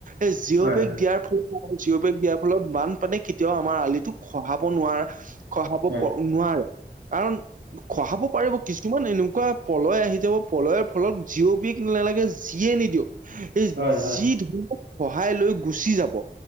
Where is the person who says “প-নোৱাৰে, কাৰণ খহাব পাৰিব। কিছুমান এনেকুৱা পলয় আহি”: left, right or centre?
Right